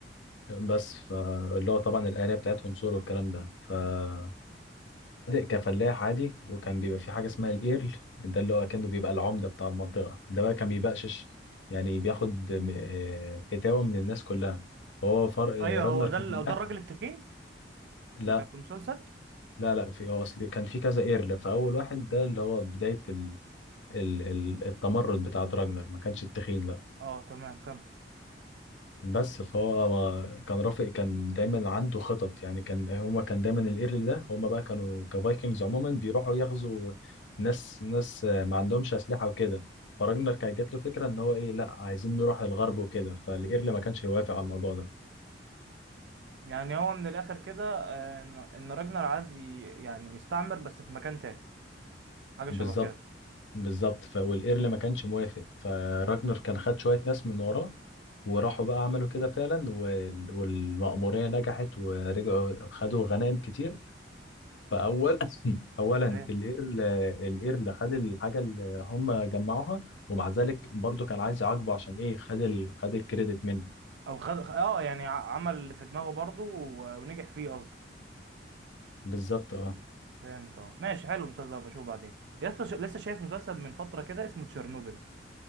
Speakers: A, on the left; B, on the right.
A: بس فاللي هو طبعا الاهالي بتاعتهم سور والكلام ده فبادئ كفلاح عادي وكان بيبقى في حاجه اسمها الايرل ده اللي هو كأنه بيبقى العمده بتاع المنطقه ده بقى كان بيبقشش يعني بياخد آه، اتاوه من الناس كلها هو فرق
B: ايوه
A: راجنر
B: هو ده
A: كان
B: ال-
A: فلاح
B: ده الراجل التخين
A: لا
B: اللي كان في المسلسل
A: لا لا في هو اصل كان في كذا ايرل فاول واحد ده اللي هو بدايه ال... ال... ال... التمرد بتاع دراجنر ما كانش التخين لا
B: اه تمام كمل
A: بس فهو كان رافق كان دايما عنده خطط يعني كان هما كان دايما الايرل ده هما بقى كانوا كفايكنجز عموما بيروحوا يغزوا ناس ناس ما عندهمش اسلحه وكده فراجنر كانت جات له فكره ان هو ايه لا عايزين نروح الغرب وكده فالايرل ما كانش يوافق على الموضوع ده
B: يعني هو من الاخر كده آه، ان إن راجنر عايز ي- يعني يستعمر بس في مكان تاني حاجة
A: بالظبط
B: شبه كده
A: بالظبط ف... والايرل ما كانش موافق فراجنر كان خد شويه ناس من وراه وراحوا بقى عملوا كده فعلا وال... والمأمورية نجحت ورجعوا خدوا غنائم كتير فأول <coughs> <laughs> أولا
B: ايه
A: الإيرل الإيرل خد الحاجة اللي هم جمعوها ومع ذلك برضو كان عايز يعاقبه عشان إيه خد ال... خد الكريدت منه
B: او خد اه يعني ع- عمل اللي في دماغه برضه و- ونجح فيه قصدي
A: بالظبط اه
B: فهمت اه ماشي حلو المسلسل ده بشوفه بعدين يا اسطى ش... لسه شايف مسلسل من فتره كده اسمه تشيرنوبل